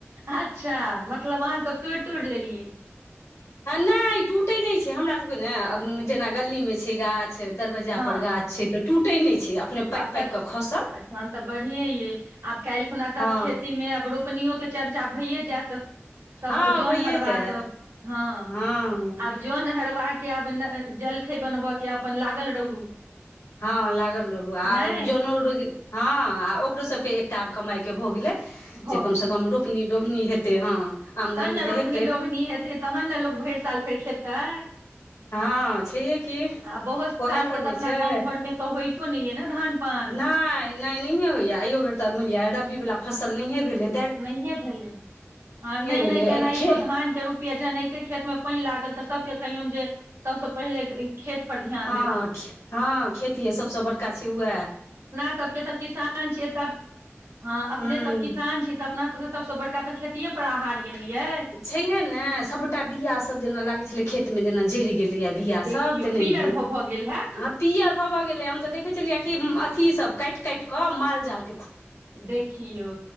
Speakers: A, on the right; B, on the left.
A: अच्छा, मतलब अहाँ सभ तोड़ि तोड़ि लेलियै
B: नहि टूटे नहि छै, हमरा सभके ने जेना गली मे छै गाछ दरवजा
A: हँ
B: पर गाछ छै, तऽ टूटै नै छै। अपने पाकि
A: आब
B: पाकि
A: तऽ
B: कऽ खसल
A: अच्छा तऽ बढ़िए ये आब कलखुना तब
B: हँ
A: खेती मे आब रोप अपनो के चर्चा भइए जायत सभ
B: हँ
A: जैन
B: भइए
A: हरबा
B: जायत
A: सभ हँ
B: हँ
A: आब जन हरवा के आब जलखै बनबेके अपन लागल रहू
B: हँ, लागल रहु आ
A: नहि
B: जनो रोज हँ, आ ओकरो सभके एकटा आब कमाई के भ गेले
A: भऽ
B: जे कमसे
A: गेलै
B: कम रोपनी डोभनी हेतै, हँ। आमदनी
A: तहन ने
B: तऽ
A: रोपनी
B: हेतै
A: डोभनी हेतै, तखन ने लोक भारी साल फेर खेतै
B: हँ, छै हे कि
A: आ बहुत
B: ओह
A: सालसँ
B: पर
A: तऽ
B: नहि
A: अपना
B: छै।
A: गाँव घरमे तऽ होइतो नहि यै ने धानपान
B: नहि नहि नहिये होया एयो बेर तऽ मानि लिअ रबी वाला फसल नहिय भेले
A: नहि भेलै हँ नहि
B: भेलै
A: नहि केनाहितो
B: खे
A: धानके रूप जनाहिते खेतमे पाइन लागल तऽ सभके कहियौन जे सभसँ पहिले खेत पर ध्यान
B: हँ,
A: देथिन
B: हँ खेती य सभसँ बड़का छै उह
A: सभ के तऽ किसान छिय तऽ हँ अपने
B: हूँ
A: सभ किसान छीय तऽ अपना सभ के सभसँ बड़का तऽ खेती पर आहार एने ये
B: छैहे ने सभटा बिया सभ जेना लागे छले खेत मे जेना जड़ गेले बिआ
A: देखियौ
B: सभ तऽ नहि
A: पीयर
B: हैं
A: भऽ भऽ गेल हैत
B: आ। पियर भव गेले हम ते देखे छलियिया की अथि सभ काट काटके माल जाल के
A: देखियौ